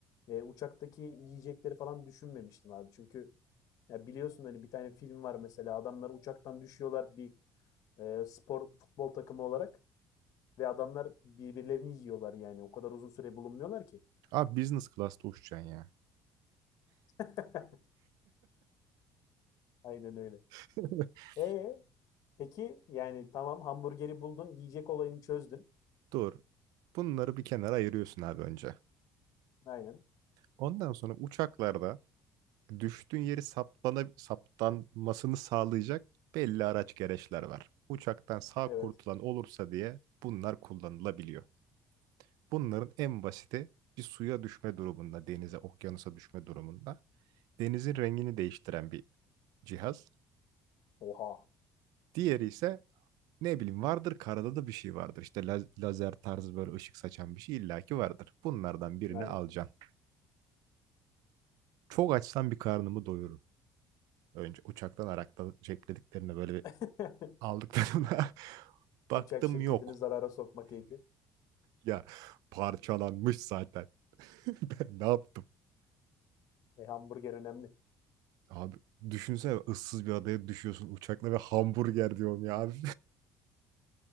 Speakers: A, on the left (about 65°); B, on the right (about 75°).
A: e, uçaktaki yiyecekleri falan düşünmemiştim abi. Çünkü ya biliyorsun hani bir tane film var mesela adamlar uçaktan düşüyorlar bir e, spor futbol takımı olarak ve adamlar birbirlerini yiyorlar yani o kadar uzun süre bulunmuyorlar ki.
B: Abi business class'ta uçacaksın ya.
A: <laughs> Aynen öyle.
B: <laughs>
A: E peki yani tamam hamburgeri buldun, yiyecek olayını çözdün.
B: Doğru. Bunları bir kenara ayırıyorsun abi önce.
A: Aynen.
B: Ondan sonra uçaklarda düştüğün yeri saptana, saptanmasını sağlayacak belli araç gereçler var. Uçaktan sağ
A: Evet.
B: kurtulan olursa diye bunlar kullanılabiliyor. Bunların en basiti bir suya düşme durumunda, denize, okyanusa düşme durumunda denizin rengini değiştiren bir cihaz.
A: Oha.
B: Diğeri ise Ne bileyim vardır karada da bir şey vardır. İşte la- lazer tarzı böyle ışık saçan bir şey illaki vardır. Bunlardan birini
A: Aynen.
B: alacaksın. Çok açsam bir karnımı doyururum. Önce uçaktan Arak'ta ceplediklerine böyle bir
A: <laughs>
B: aldıklarına <laughs> baktım
A: Uçak şirketini
B: yok.
A: zarara sokma keyfi.
B: Ya parçalanmış zaten. <laughs> Ben ne yaptım?
A: E, hamburger önemli.
B: Abi düşünsene ıssız bir adaya düşüyorsun uçakla ve hamburger diyorum ya abi.